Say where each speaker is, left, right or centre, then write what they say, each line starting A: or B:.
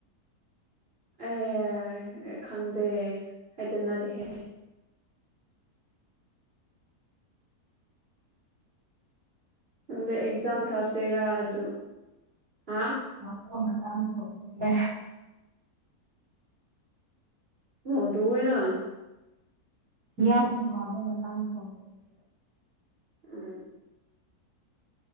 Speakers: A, on the right (about 40°); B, on the right (about 65°).
A: ꯑꯦ ꯈꯪꯗꯦ ꯍꯥꯏꯗꯅꯗꯦꯍꯦ ꯃ ꯑꯦꯛꯖꯝ ꯊꯥꯥꯁꯦꯔ ꯑꯗꯨ ꯑꯗꯨ ꯑ
B: ꯃꯇ ꯇꯥꯡ ꯊꯣꯛꯄꯦ
A: ꯑꯣ ꯑꯗꯨꯣꯏꯅ
B: ꯌꯥꯝꯅ ꯋꯥꯕ ꯃꯇꯥꯡ ꯊꯣꯛꯛꯄꯅꯤ
A: ꯎꯝ